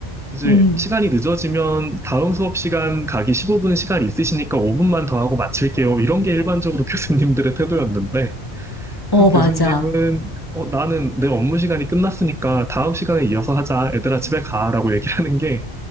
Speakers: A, in the centre; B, on the left.
A: 이제
B: 응.
A: 시간이 늦어지면 다음 수업 시간 가기 15분 시간 있으시니까 5분만 더 하고 마칠게요. 이런 게 일반적으로 <laughs> 교수님들의 태도였는데 그
B: 어,
A: 교수님은
B: 맞아.
A: 어, 나는 내 업무 시간이 끝났으니까 다음 시간에 이어서 하자. 얘들아 집에 가라고 얘기하는 게